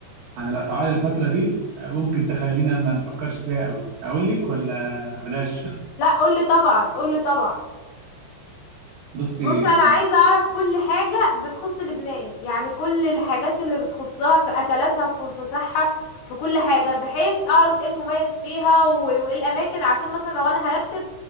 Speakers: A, on the right (about 60°); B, on the left (about 70°).
A: عن الأسعار الفترة دي آه، ممكن تخلينا ما نفكرش فيها قوي أقول لك ولا بلاش <laughs>
B: لا قولي طبعا قولي طبعا
A: بصي
B: بص انا عايزه اعرف كل حاجه بتخص لبنان يعني كل الحاجات اللي بتخصها في اكلاتها في في صحه في كل حاجه بحيث اعرف ايه المميز فيها و- وايه الاماكن عشان مثلا لو انا هرتب